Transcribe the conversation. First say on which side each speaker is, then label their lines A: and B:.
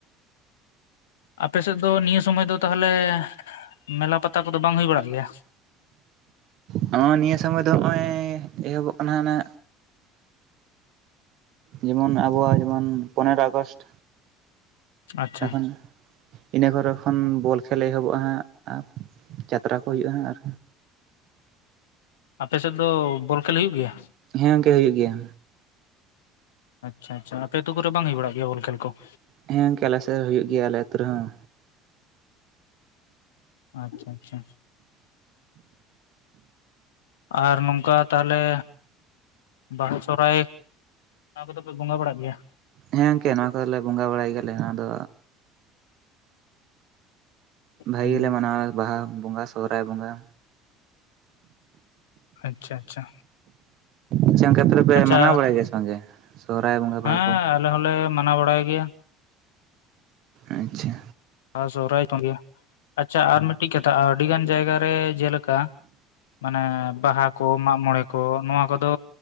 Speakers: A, on the left; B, on the right.
A: ᱟᱯᱮᱥᱮᱫ ᱫᱚ ᱱᱤᱭᱟᱹ ᱥᱚᱢᱚᱭ ᱫᱚ ᱛᱟᱦᱚᱸᱞᱮ, ᱢᱮᱞᱟ ᱯᱟᱛᱟ ᱠᱚᱫᱚ ᱵᱟᱝ ᱦᱩᱭ ᱵᱟᱲᱟᱜ ᱜᱮᱭᱟ?
B: ᱦᱚᱸᱜ-ᱚᱭ ᱱᱤᱭᱟᱹ ᱥᱚᱢᱚᱭ ᱫᱚ ᱦᱚᱜ-ᱚᱭ ᱮᱦᱚᱵᱚᱜ ᱠᱟᱱᱟ ᱦᱟᱱᱟ ᱡᱮᱢᱚᱱ ᱟᱵᱚᱣᱟᱜ ᱡᱮᱢᱚᱱ ᱯᱚᱱᱮᱨᱚ ᱟᱜᱚᱥᱴ᱾
A: ᱟᱪᱪᱷᱟ
B: ᱛᱚᱠᱷᱚᱱ᱾ ᱤᱱᱟᱹ ᱠᱚᱨᱮ ᱠᱷᱚᱱ ᱵᱚᱞ ᱠᱷᱮᱞ ᱮᱦᱚᱸᱵᱚᱜ-ᱟ ᱦᱟᱸᱜ ᱟᱨ ᱡᱟᱛᱨᱟ ᱠᱚ ᱦᱩᱭᱩᱜ-ᱟ ᱦᱟᱸᱜ ᱟᱨ
A: ᱟᱯᱮ ᱥᱮᱫ ᱫᱚ ᱵᱚᱞ ᱠᱷᱮᱞ ᱦᱩᱭᱩᱜ ᱜᱮᱭᱟ?
B: ᱦᱮᱸ ᱜᱚᱝᱠᱮ ᱦᱩᱭᱩᱜ ᱜᱮᱭᱟ᱾
A: ᱟᱪᱪᱷᱟ ᱟᱪᱪᱷᱟ ᱟᱯᱮ ᱟᱹᱛᱩ ᱠᱚᱨᱮ ᱵᱟᱝ ᱦᱩᱭ ᱵᱟᱲᱟᱜ ᱜᱮᱭᱟ ᱵᱚᱞ ᱠᱷᱮᱞ ᱠᱚ?
B: ᱦᱮᱸ ᱜᱚᱝᱠᱮ ᱟᱞᱮ ᱥᱮᱫ ᱦᱩᱭᱩᱜ ᱜᱮᱭᱟ ᱟᱞᱮ ᱟᱹᱛᱩ ᱨᱮ ᱦᱚᱸ᱾
A: ᱟᱪᱪᱷᱟ ᱟᱪᱪᱷᱟ ᱟᱨ ᱱᱚᱝᱠᱟ ᱛᱟᱦᱚᱸᱞᱮ ᱵᱟᱦᱟ ᱥᱚᱨᱚᱦᱟᱭ ᱚᱱᱟ ᱠᱚᱫᱚ ᱯᱮ ᱵᱚᱸᱜᱟ ᱵᱟᱲᱟᱜ ᱜᱮᱭᱟ᱾
B: ᱦᱮᱸ ᱜᱚᱝᱠᱮ ᱱᱚᱣᱟ ᱠᱚᱫᱚᱞᱮ ᱵᱚᱸᱜᱟ ᱵᱟᱲᱟᱭ ᱜᱮᱭᱟᱞᱮ ᱱᱚᱣᱟ ᱫᱚ ᱵᱷᱟᱹᱜᱤ
A: ᱦᱩᱸ
B: ᱜᱮᱞᱮ ᱢᱟᱱᱟᱣᱟ ᱵᱟᱦᱟ ᱵᱚᱸᱜᱟ ᱥᱚᱨᱦᱟᱭ ᱵᱚᱸᱜᱟ᱾
A: ᱟᱪᱪᱷᱟ ᱟᱪᱪᱷᱟ᱾
B: ᱟᱪᱪᱷᱟ ᱝᱠᱮ ᱚᱱᱛᱮ ᱨᱮᱯᱮ
A: ᱟᱪᱪᱷᱟ
B: ᱢᱟᱱᱟᱣ ᱵᱟᱲᱟᱭ ᱜᱮᱭᱟ ᱥᱮ ᱵᱟᱝ ᱜᱮ, ᱥᱚᱨᱚᱦᱟᱭ ᱵᱚᱸᱜᱟ
A: ᱦᱮᱸ
B: ᱵᱟᱦᱟ ᱠᱚ
A: ᱟᱞᱮ ᱦᱚᱸᱞᱮ ᱢᱟᱱᱟᱣ ᱵᱟᱲᱟᱭ ᱜᱮᱭᱟ᱾
B: ᱟᱪᱪᱷᱟ᱾
A: ᱥᱚᱦᱨᱟᱭ ᱛᱚᱸᱜᱮ ᱟᱪᱪᱷᱟ ᱟᱨ ᱢᱤᱫᱴᱤᱡ ᱠᱟᱛᱷᱟ ᱟᱹᱰᱤ ᱜᱟᱱ ᱡᱟᱭᱜᱟ ᱨᱮ ᱡᱮᱞᱮᱠᱟ ᱢᱟᱱᱮ ᱵᱟᱦᱟ ᱠᱚ ᱢᱟᱜ ᱢᱚᱬᱮ ᱠᱚ ᱱᱚᱣᱟ ᱠᱚᱫᱚ᱾